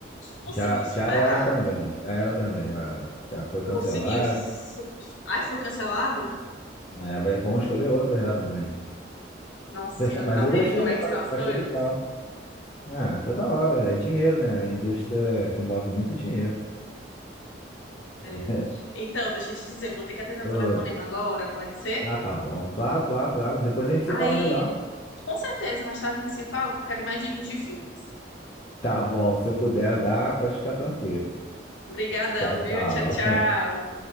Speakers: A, on the left (about 80°); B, on the left (about 30°).
A: conseguiu
B: Já,
A: superar.
B: já era também. Já era também. Já, já foi cancelado.
A: Conseguiu. su- Ai, foi cancelado?
B: É, vai, vamos escolher outra já também.
A: Nossa
B: <laughs>
A: senhora,
B: Mas
A: tá
B: eu
A: vendo
B: gostei
A: como
B: dela,
A: é que são
B: eu
A: as
B: achei
A: coisas?
B: legal. É, toda hora. É dinheiro, né? É indústria que move muito dinheiro. <laughs>
A: É. Então, deixa eu te dizer, vou ter que atender o
B: Oi.
A: telefonema agora, pode ser?
B: Ah, tá bom. Claro, claro, claro. Depois a gente se
A: Aí,
B: fala melhor.
A: com certeza, mais tarde a gente se fala, porque eu quero mais dicas de filmes.
B: Tá bom. Se eu puder dar, pode ficar tranquilo.
A: Obrigadão,
B: Tchau,
A: viu?
B: tchau.
A: Tchau, tchau.